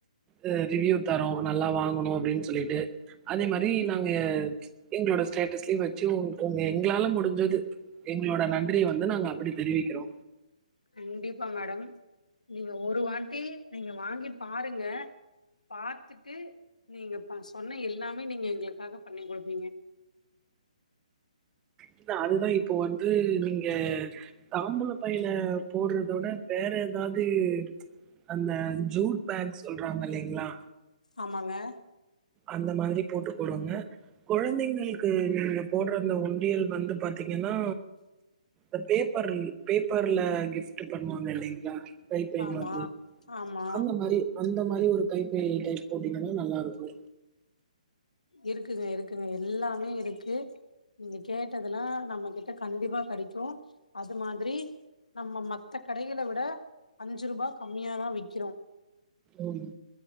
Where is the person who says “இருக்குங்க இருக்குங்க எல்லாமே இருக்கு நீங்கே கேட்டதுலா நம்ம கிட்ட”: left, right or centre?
Left